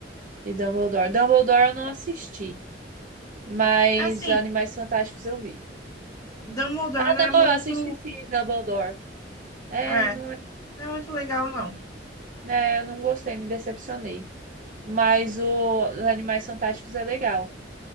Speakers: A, on the right; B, on the left.
A: e Dumbledore. Dumbledore eu não assisti, mas
B: Assim,
A: Animais Fantásticos eu vi.
B: Dumbledore
A: Ah,
B: não é muito,
A: não, eu assisti sim, Dumbledore. É,
B: é,
A: não, é,
B: não é muito legal não.
A: é, eu não gostei, me decepcionei. Mas o os Animais Fantásticos é legal.